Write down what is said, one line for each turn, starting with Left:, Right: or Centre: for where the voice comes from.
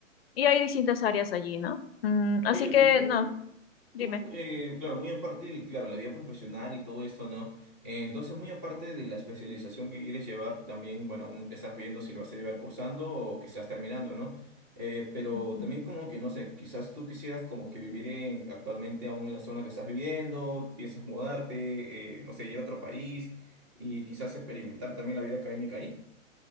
Left: Y hay distintas áreas allí, ¿no? Mm, así
Right: Oye, ¿y
Left: que,
Right: tú
Left: no, dime.
Right: Tú, eh, claro, muy aparte, del- claro, la vida profesional y todo esto, ¿no? Eh, entonces, muy aparte de la especialización que quieres llevar, también, bueno, aún estás viendo si lo vas a llevar cursando o quizás terminando, ¿no? Eh, pero
Left: Ujú.
Right: también como que, no sé, quizás tú quisieras como que vivir en, actualmente aún en la zona que estás viviendo, piensas mudarte, eh, no sé, ir a otro país y quizás experimentar también la vida académica ahí.